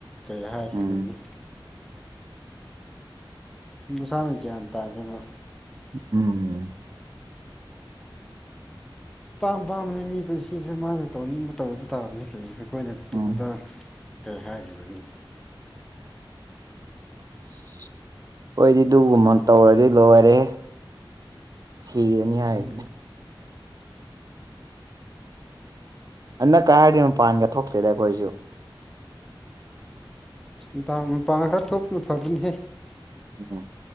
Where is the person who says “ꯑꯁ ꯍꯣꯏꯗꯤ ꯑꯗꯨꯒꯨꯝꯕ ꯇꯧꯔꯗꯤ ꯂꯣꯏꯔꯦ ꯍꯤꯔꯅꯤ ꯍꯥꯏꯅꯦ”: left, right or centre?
Right